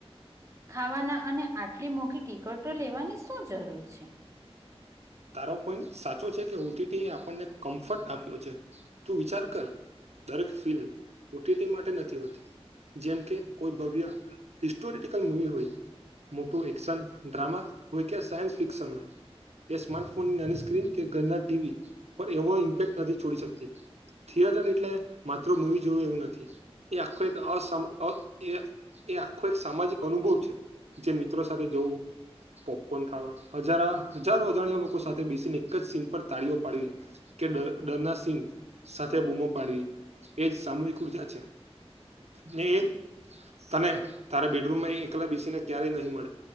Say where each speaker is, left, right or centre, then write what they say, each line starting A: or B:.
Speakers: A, on the right (about 25°); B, on the right (about 90°).
A: ખાવાના અને આટલી મોઘી ટિકટો લેવાની શું જરૂર છે
B: તારો પોઈન્ટ સાચો છે કે ઓ ટી ટી આપણને કમ્ફર્ટ આપ્યો છે તું વિચાર કર દરેક ફિલ્મ ઓ ટી ટી માટે નથી હોતી જેમ કે કોઈ ભવ્ય હિસ્ટોરિકલ મુવી હોય મોટું એક્શન ડ્રામા હોય કે સાયન્સ ફિક્શન હોય એ સ્માર્ટ ફોનની નાની સ્ક્રીન કે ઘરના ટી વી પર એવો ઇમ્પેક્ટ નથી છોડી શકતી થિયેટર એટલે માત્ર મૂવી જોવું એવું નથી એ આખું એક અસમ અ એ એ આખો એક સામાજિક અનુભવ છે, જે મિત્રો સાથે જવું પોપકોન ખાવા હજારા અજાણ્યા લોકો સાથે બેસીને એક જ સીન પર તાળીઓ પાડવી, કે ડર ડરના સિન સાથે બુ બુમ પાડવી, એજ સામૂહિક ઉર્જા છે ને એ તને તારે બેડરૂમમાં એકલા બેસી ને ક્યારેય નહી મળે,